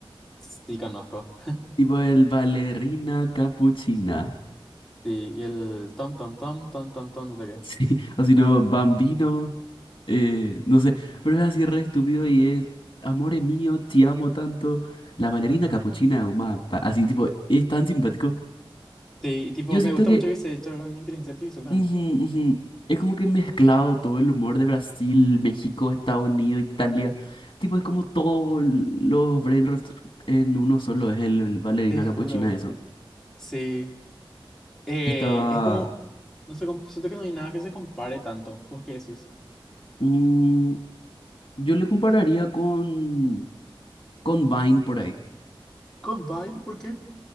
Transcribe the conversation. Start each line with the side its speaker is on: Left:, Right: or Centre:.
Centre: Sí, conozco.
Left: Tipo el ballerina cappuccina. <laughs>
Centre: Sí, y el tom, tom, tom, tom, tom, tom, no sé qué.
Left: Sí, o si no, bambino. Eh, no sé, pero es así re estúpido y es, amore mío, te amo tanto. La bailarina capuchina de Uma, pa- así tipo, es tan simpático.
Centre: Sí, y tipo,
Left: Yo siento
Centre: me gusta
Left: que
Centre: mucho que se hecho con inteligencia artificial también.
Left: ujú, ujú, es como que mezclado todo el humor de Brasil, México, Estados Unidos, Italia. Tipo, es como todos los brain rots en uno solo, es el, el bailarina
Centre: Te juro.
Left: capuchina eso.
Centre: Sí. Eh,
Left: Estaba...
Centre: es como, no sé, com- siento que no hay nada que se compare tanto. ¿Vos qué decís?
Left: mm, yo le compararía con, con Vine por ahí.
Centre: Combine, ¿por qué?